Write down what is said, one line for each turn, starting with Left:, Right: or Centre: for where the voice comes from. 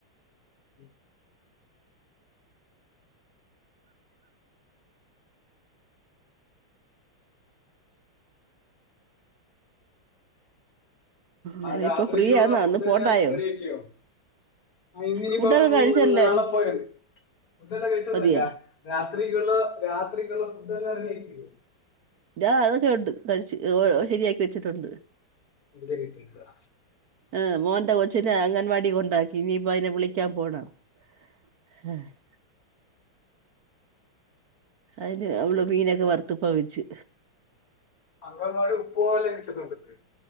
Left: <unintelligible>
Right: ഞാന്
Left: ആ രാത്രിയെക്കുള്ള
Right: ഇപ്പൊ ഫ്രീ ആന്നോ
Left: ഫുഡെല്ലാം
Right: ഒന്ന് പോണ്ടായോ
Left: റെഡിയാക്കിയോ? ആ ഇന്നിനിപ്പം
Right: ഫുഡൊക്കെ കഴിച്ചല്ലേ
Left: നാളെ പോയാതി. ഫുഡല്ലാം കഴിച്ചതല്ല.
Right: മതിയോ
Left: രാത്രികള് രാത്രികള് ഫുഡ് എല്ലാം <unintelligible>
Right: രാ അതൊക്കെ ഉണ്ട്. കഴിച്ച് <unintelligible> ശരിയാക്കി വെച്ചിട്ടുണ്ട്.
Left: ഇന്റെ കിച്ചൺക്ക് വാ
Right: ആഹ്, മോന്റെ കൊച്ചിനെ അങ്ങൻവാടി കൊണ്ടാക്കി ഇനിയിപ്പ അതിനെ വിളിക്കാൻ പോണം. <unintelligible> അയിന് അവള് മീനൊക്കെ വറുത്ത് ഇപ്പ വെച്ച്.
Left: അംഗൻവാടി ഉപ്പ് മാവ് <unintelligible>